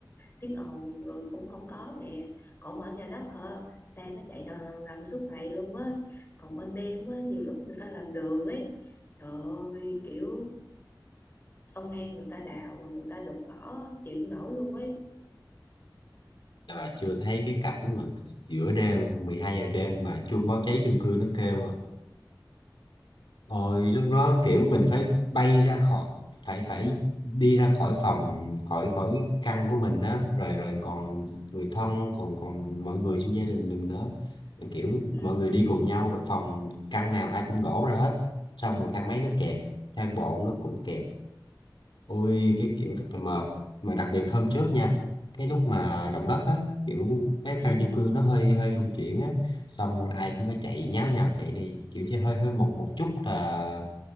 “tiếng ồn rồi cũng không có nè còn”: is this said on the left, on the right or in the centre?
Left